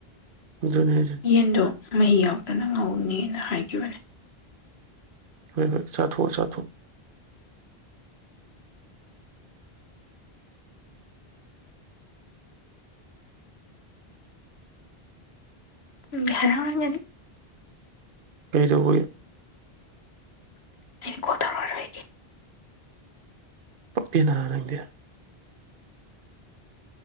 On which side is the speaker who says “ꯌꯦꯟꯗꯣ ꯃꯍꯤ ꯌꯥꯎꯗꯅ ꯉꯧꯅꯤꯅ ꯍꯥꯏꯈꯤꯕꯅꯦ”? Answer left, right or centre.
Left